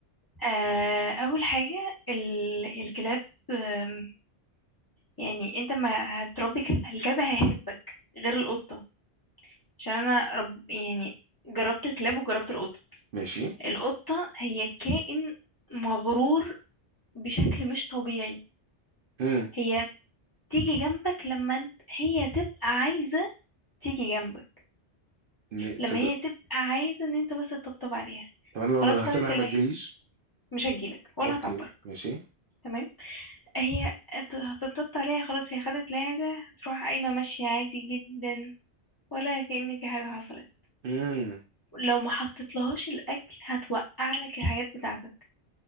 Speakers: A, on the left; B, on the right.
A: آه، أول حاجة ال- الكلاب آم، يعني أنت ما هتربي كلب الكلب هيحبك غير القطة عشان أنا رب يعني جربت الكلاب وجربت القطة
B: ماشي
A: القطة هي كائن مغرور بشكل مش طبيعي
B: امم
A: هي تيجي جنبك لما انت هي تبقى عايزة تيجي جنبك
B: م-
A: لما
B: طب
A: هي تبقى عايزة ان انت بس تطبطب عليها
B: طب انا لو
A: خلاص
B: ندهت
A: خدت
B: لها
A: اللي
B: ما
A: هي
B: تجيليش
A: مش هتجيلك ولا
B: اوكي
A: هتعبرك
B: ماشي
A: تمام هي انت هتطبطب عليها خلاص هي خدت اللي هي عايزاه هتروح قايمة ماشية عادي جدا ولا كأن في حاجة حصلت
B: امم
A: لو ما حطيتلهاش الأكل هتوقع لك الحاجات بتاعتك